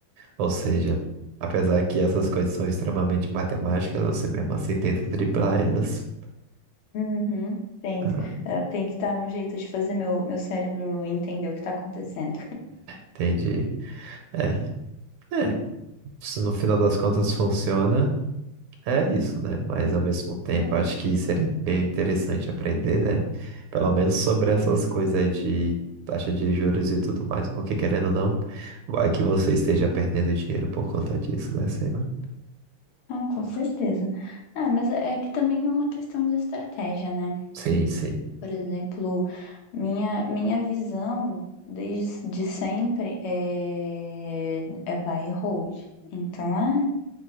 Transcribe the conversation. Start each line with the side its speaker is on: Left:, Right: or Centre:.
Right: Ou seja, apesar que essas coisas são extremamente matemáticas, você mesmo assim tenta driblar elas.
Left: Uhum. Tem,
Right: Ah,
Left: eh, tem que dar um jeito de fazer meu, meu cérebro entender o que tá acontecendo.
Right: entendi. É, é. Se no final das contas funciona, é isso, né? Mas ao mesmo tempo,
Left: É,
Right: acho que seria meio interessante aprender, né? Pelo menos sobre essas coisas aí de taxa de juros e tudo mais, porque querendo ou não, vai que você esteja perdendo dinheiro por conta disso, né? Sei lá.
Left: ah, com certeza. Ah, mas é é que também é uma questão de estratégia, né?
Right: Sim, sim.
Left: Por exemplo, minha, minha visão desde sempre é, é buy and hold. Então, ai,